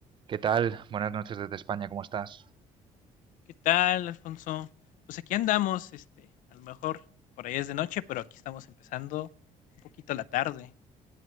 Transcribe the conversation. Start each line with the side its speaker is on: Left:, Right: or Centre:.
Right: ¿Qué tal? Buenas noches desde España, ¿cómo estás?
Left: ¿Qué tal, Alfonso? Pues aquí andamos, este, a lo mejor por ahí es de noche, pero aquí estamos empezando un poquito la tarde.